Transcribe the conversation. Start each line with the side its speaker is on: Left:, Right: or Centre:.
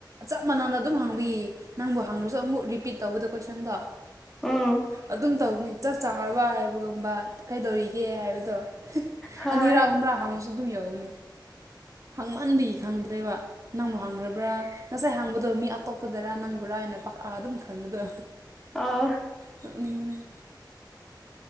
Right: ꯆꯞ ꯃꯥꯟꯅꯝꯗ ꯑꯗꯨꯝ ꯍꯥꯡꯕꯤꯌꯦ ꯅꯪꯕꯨ ꯍꯥꯡꯉꯁꯨ ꯑꯃꯨꯛ ꯔꯤꯄꯤꯠ ꯇꯧꯕꯤꯗꯣ ꯀꯣꯏꯁꯟꯗꯣ
Centre: ꯑ
Right: ꯑꯗꯨꯝ ꯇꯧꯕꯅꯤ ꯆꯞ ꯆꯥꯔꯕ ꯍꯥꯏꯕꯒꯨꯝꯕ ꯀꯩꯗꯧꯔꯤꯒꯦ ꯍꯥꯏꯕꯗꯣ
Centre: ꯍꯣꯏ
Right: ꯑꯅꯤꯔꯥ ꯍꯨꯝ꯭ꯔꯥ ꯍꯥꯡꯉꯁꯨ ꯑꯗꯨꯝ ꯌꯎꯕꯅꯦ ꯍꯥꯡꯃꯍꯟꯕꯤ ꯈꯪꯗ꯭ꯔꯦꯕ ꯅꯪꯕꯨ ꯍꯥꯡꯈ꯭ꯔꯕ꯭ꯔꯥ ꯉꯁꯥꯏ ꯍꯥꯡꯕꯗꯣ ꯃꯤ ꯑꯇꯣꯞꯄꯗꯔ ꯅꯪꯕꯔꯥ ꯍꯥꯏꯅ ꯄ ꯑꯗꯨꯝ ꯈꯟꯕꯗꯣ
Centre: ꯑꯥ
Right: ꯅꯣꯛꯅꯤꯡꯕꯅꯦ